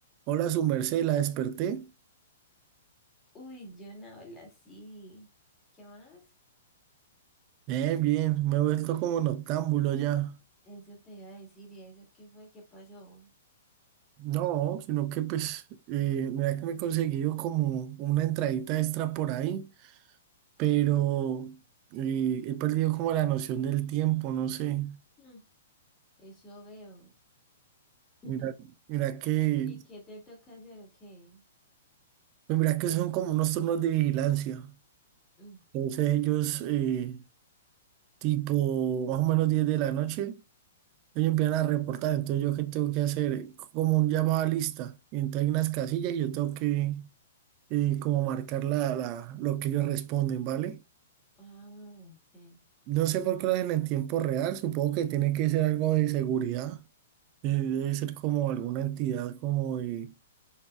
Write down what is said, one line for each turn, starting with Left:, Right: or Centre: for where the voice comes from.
Right: Hola, su merced, la desperté.
Left: Uy, yo no hablo así. ¿Qué más?
Right: Bien, bien, me he vuelto como noctámbulo ya.
Left: Eso te iba a decir, ¿y eso qué fue? ¿Qué pasó?
Right: No, sino que pues, eh, mira que me he conseguido como una entradita extra por ahí, pero eh, he perdido como la noción del tiempo, no sé.
Left: Mm, eso veo. <laughs>
Right: Mira, mira que,
Left: ¿Y qué te toca hacer o qué?
Right: pues mira que son como unos turnos de vigilancia.
Left: Mm,
Right: Entonces ellos, eh, tipo, más o menos 10 de la noche. Ellos empiezan a reportar, entonces yo qué tengo que hacer, como un llamado a lista, entonces hay unas casillas y yo tengo que, y como marcar la, la- lo que ellos responden, ¿vale?
Left: Ah, sí.
Right: No sé por qué lo hacen en tiempo real, supongo que tiene que ser algo de seguridad, eh, debe ser como alguna entidad como de,